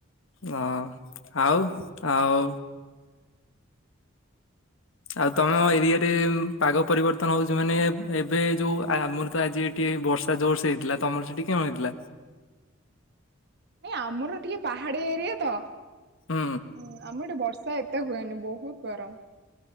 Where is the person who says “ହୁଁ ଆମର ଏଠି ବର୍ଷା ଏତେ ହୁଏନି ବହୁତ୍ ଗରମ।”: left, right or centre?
Right